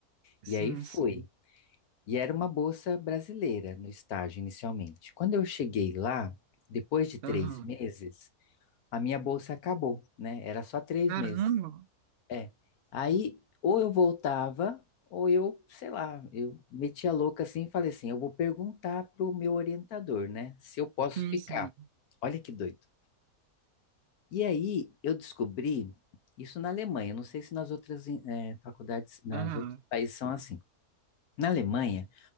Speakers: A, on the right; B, on the left.
A: sim,
B: e aí fui.
A: sim.
B: E era uma bolsa brasileira no estágio inicialmente. Quando eu cheguei lá, depois de três
A: Aham.
B: meses, a minha bolsa acabou, né? Era só três
A: Caramba.
B: meses. É. Aí, ou eu voltava, ou eu, sei lá, eu metia louca assim e falei assim: eu vou perguntar pro meu orientador, né, se eu posso
A: Sim,
B: ficar.
A: sim.
B: Olha que doido. E aí, eu descobri isso na Alemanha. eu Não sei se nas outras eh, faculdades, nas
A: Aham.
B: outros países são assim. Na Alemanha,